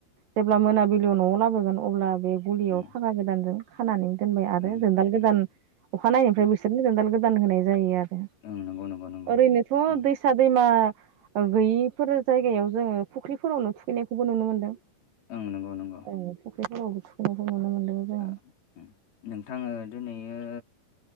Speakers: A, on the right (about 70°); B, on the left (about 85°).
A: जेब्ला मोनाबिलियाव न'आव लाबोगोन अब्ला बे गुलियाव
B: उम
A: फाखा गोदानजों खानानै दोनबाय आरो
B: उम
A: जोंदाल गोदान
B: उम
A: अखानायैनायनिफ्राय
B: उम
A: बिसोरनो जोंदाल गोदान होनाय जायो आरो।
B: ओं नंगौ नंगौ नंगौ
A: ओरैनोथ'
B: उम
A: दै फिसा दैमा गैयिफोर जायगायाव जोङो फुख्रिफोरावनो थुखैनायखौबो नुनो मोन्दों।
B: ओं नंगौ नंगौ।
A: ओ फुख्रिफोरावबो थुखैनायखौ नुनो मोन्दों दा
B: ओ उम नोंथां ओ दिनै ओ